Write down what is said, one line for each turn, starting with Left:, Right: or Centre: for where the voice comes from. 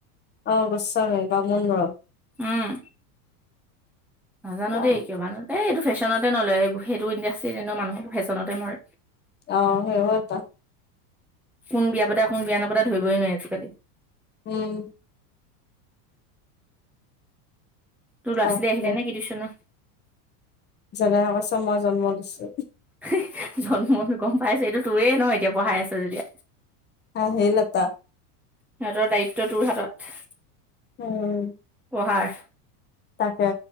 Left: অ গোস্বামী বামুন ঘৰৰ।
Centre: উম নাজানো
Left: অ',
Centre: দেই কিয় মানো। এই এইটো ফেশ্বনতে নলয় সেইটো ইণ্ডাষ্ট্ৰিত এনে মানুহৰ ফেশ্বনতে মৰে।
Left: অ সেই হয়তা।
Centre: কোন বিয়া পতা কোন বিয়া নাপাতে ধৰিবই নোৱিৰি আজিকালি।
Left: উম।
Centre: তোৰ লৰা
Left: তাকে
Centre: ছোৱালী আহিলে নেকি টিউচনত
Left: জনাই কৈছে মই জন্ম দিছো।
Centre: হে হে জন্মতো গম পাইছো এইটো তোৰেই ন এতিয়া পঢ়াই আছে। যেতিয়া।
Left: অ সেইলতা
Centre: সিহঁতৰ দায়িত্ব তোৰ হাতত।
Left: উম।
Centre: পঢ়াৰ।
Left: তাকে।